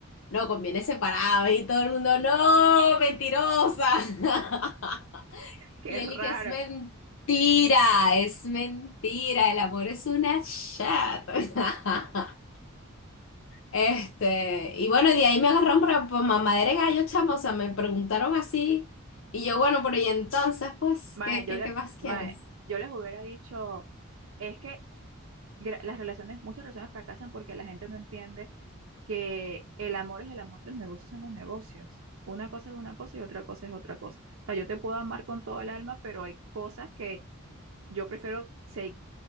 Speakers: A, on the left; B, on the right.
A: no, conviene separados. Y todo el mundo, no, mentirosa. <laughs>
B: Qué
A: Y él
B: raro.
A: y que es mentira, es mentira. El amor es una chat. <laughs> Este, y bueno, de ahí me agarraron por, por mamadera de gallo, chamo. O sea, me preguntaron así. Y yo, bueno, pero y entonces, pues,
B: Mae,
A: ¿qué,
B: yo
A: qué,
B: le,
A: qué más quieres?
B: mae, yo les hubiera dicho, es que gra- las relaciones, muchas relaciones fracasan porque la gente no entiende que el amor es el amor, los negocios son los negocios. Una cosa es una cosa y otra cosa es otra cosa. O sea, yo te puedo amar con todo el alma, pero hay cosas que yo prefiero se-